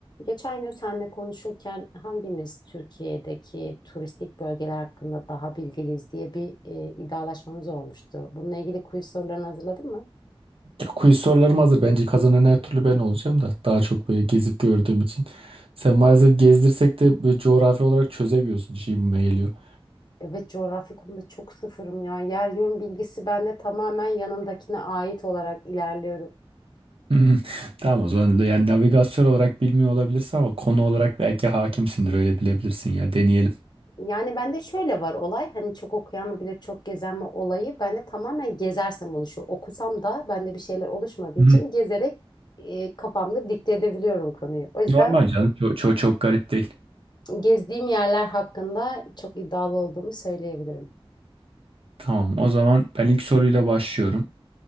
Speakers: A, on the left; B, on the right.
A: Geçen gün seninle konuşurken hangimiz Türkiye'deki turistik bölgeler hakkında daha bilgiliyiz diye bir e, iddialaşmamız olmuştu. Bununla ilgili quiz sorularını hazırladın mı?
B: Ya, Quiz sorularım hazır. Bence kazanan her türlü ben olacağım da. Daha çok böyle gezip gördüğüm için. Sen maalesef gezdirsek de böyle coğrafi olarak çözemiyorsun. Şimdime geliyor. <laughs>
A: Evet coğrafya konuda çok sıfırım ya. Yer yön bilgisi bende tamamen yanımdakine ait olarak ilerliyorum.
B: Hmm, Tamam o zaman da yani navigasyon olarak bilmiyor olabilirsin ama konu olarak belki hakimsindir öyle bilebilirsin ya deneyelim.
A: Yani bende şöyle var olay hani çok okuyan mı bilir çok gezen mi olayı bende tamamen gezersem oluşuyor. Okusam da bende bir şeyler oluşmadığı için
B: <laughs> Hı.
A: gezerek e, kafamda dikte edebiliyorum konuyu. O yüzden
B: Normal canım çok, çok, çok garip değil.
A: Gezdiğim yerler hakkında çok iddialı olduğumu söyleyebilirim.
B: Tamam o zaman ben ilk soruyla başlıyorum.